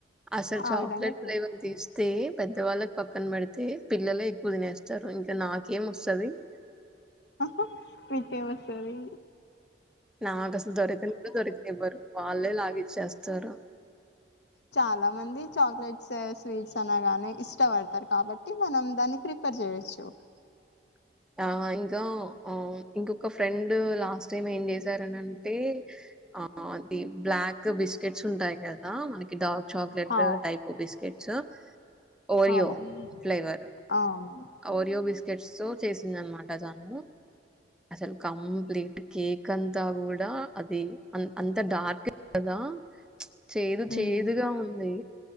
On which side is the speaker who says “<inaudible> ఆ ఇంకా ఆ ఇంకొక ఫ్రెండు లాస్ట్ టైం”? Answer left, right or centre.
Centre